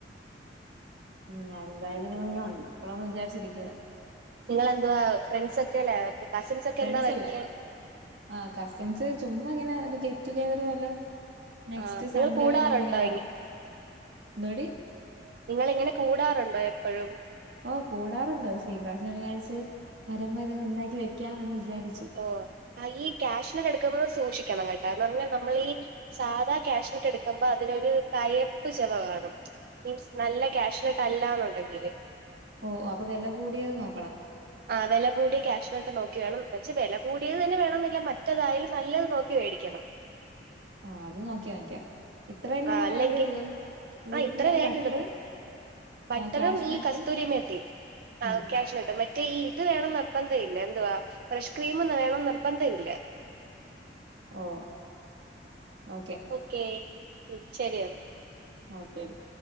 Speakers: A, on the right; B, on the right.
A: ഉം എന്തായാലും ഞാൻ ഉണ്ടാക്കുന്ന് വിചാരിച്ചിരിക്കുക
B: നിങ്ങളേന്തുവാ ഫ്രണ്ട്സ ഒക്കെ അല്ലേ കസിൻസ് ഒക്കെ
A: ഫ്രണ്ട്സ്
B: എന്നാവരുന്നേ
A: അല്ലേ ആഹ് കസിൻസ് ചുമ്മാ ഇങ്ങനെ ഒരു ഗെറ്റ് ടുഗെദർ പോലെ നെക്സ്റ്റ്
B: ആ നിങ്ങൾ
A: സൺഡേ
B: കൂടാറുണ്ടോ
A: വരാന്ന് ഇങ്ങനെ പറഞ്ഞു എന്തോടി
B: നിങ്ങള് ഇങ്ങനെ കൂടാറുണ്ടോ എപ്പോഴും
A: ഓ കൂടാറുണ്ടോ പക്ഷേ ഈ പ്രാവശ്യം വിചാരിച്ച് വരുമ്പോ ഇതൊക്കെ ഉണ്ടാക്കി വെക്കാമന്ന് വിചാരിച്ചു
B: ഓ ഈ ക്യാഷുനട്ട് എടുക്കുമ്പോൾ സൂക്ഷിക്കണം കേട്ടോ നമ്മൾ ഈ സാധാ ക്യാഷു എടുക്കുമ്പോ അതിനൊരു കയപ്പ് ചെവ കാണും. സ്മ്ല് ല്ല ക്യാഷുനട്ട് അല്ലന്നുണ്ടെങ്കില്.
A: ഓ ഓ അപ്പൊ വില കൂടിയത് നോക്കണം.
B: ആ വല കൂടിയ ക്യാഷിനാട്ട് നോക്കി വേണം പക്ഷെ വല കൂടിയത് തന്നെ വേണമെന്നില്ല മറ്റേതായാലും നല്ലത് നോക്കി വോടി ക്കണം
A: ആ അത് നോക്കി വാങ്ങിക്കാം. ഇത്രല്ലപ്പം
B: ആ അല്ലെങ്കിൽ
A: വേണ്ടിള്ളൂ കൂടിപ്പോയൽ
B: ആ ഇത്ര വേണ്ടുള്ളൂ
A: ബട്ടർ
B: ബട്ടറും
A: കാഷ്നട്ട്
B: ഈ കസ്തൂരിമേത്തിയും.
A: ഉം
B: ക്യാഷുനട്ടും മ മറ്റേ ഈ ഇത് വേണം നിർബന്ധ ഇല്ല എന്തുവാ ഫ്രഷ് ക്രീമ് വേണം നിർബന്ധമില്ല.
A: ഓ ഓക്കെ.
B: ഓക്കെ ശരി എന.
A: ഒക്കെ. ടി